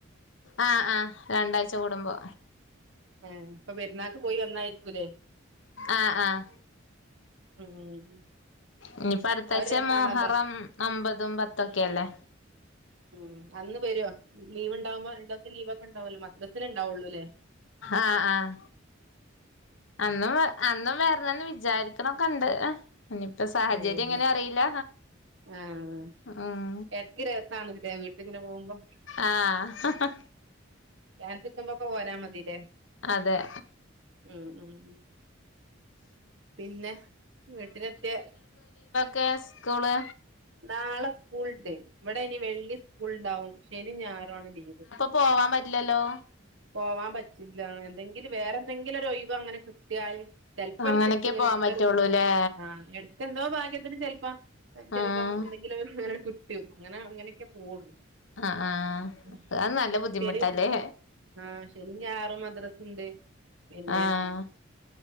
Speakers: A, on the left; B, on the right.
A: ആഹ് ആഹ് രണ്ടാഴ്ച കൂടുമ്പോ
B: ഏഹ് പ്പൊ പെരുന്നാക്ക് പോയി വെന്നായിരികുലേ
A: ആഹ് ആഹ്
B: ഉം
A: ഇനിപ്പ അടുത്താഴ്ച
B: അത് ഒരു രസാണല്ലോ
A: മോഹറം ഒമ്പതും പത്തൊക്കെല്ലേ
B: ഉം അന്ന് വരോ ലീവ്ണ്ടാവുമ്പോ രണ്ടൂസത്തെ ലീവ് ഒക്കെ ഇണ്ടാവോല്ലോ മദ്രസ് തില് ഉണ്ടാവൊള്ളൂല്ലേ
A: ആഹ് ആഹ് അന്നും വ അന്നും വര്നംന്ന് വി വിചാരിക്ക്‌ണൊക്കെണ്ട് ഇഞ്ഞിപ്പൊ സാഹചര്യം
B: ആഹ്
A: എങ്ങനെ അറിയില്ല
B: ആഹ്
A: ഉം
B: എടക്ക് രസാണ്ല്ലേ വീട്ടിക്ക്‌ങ്ങനെ പോവുമ്പൊ
A: ആഹ്
B: ചാൻസ്ട്ട്മ്പൊക്കെ പോരാ മതില്ലേ
A: അതെ
B: ഉം ഉം ഉം പിന്നെ വീട്ടിലെക്കെ
A: ക സ്‌കൂള്
B: നാളെ സ്കൂൾണ്ട് ഇവിടെ ഇനി വെള്ളി സ്കൂൾണ്ടാവും ശനി ഞായറു ആണ് ലീവ്
A: പോവാം പറ്റില്ലല്ലോ
B: പോവാൻ പറ്റില്ല എന്തെങ്കിലും വേറെ എന്തെങ്കിലും ഒരു ഒയിവ് അങ്ങനെ കിട്ടിയാല് ചെലപാട്
A: അങ്ങനെയൊക്കെ
B: കിട്ടുങ്ങനെ
A: പോവാൻ
B: ഒത്തൺ
A: പറ്റുള്ളൂല്ലേ
B: കിട്ടും ആഹ് എ എന്തോ ഭാഗ്യത്തിന് ചെലപ്പൊ ചെലപ്പം
A: ആഹ്
B: എന്തെങ്കിലും ഒക്കെ ഇങ്ങനെ ക് ട്ടും ഇങ്ങനെ അങ്ങനെയൊക്കെ പോവുള്ളൂ
A: ആഹ് ആഹ്
B: ഉം
A: അത് നല്ല ബുദ്ധിമുട്ടല്ലേ
B: ശനി ആഹ് ശനി ഞായറും മദ്രസ്ണ്ട് പിന്നേ
A: ആഹ്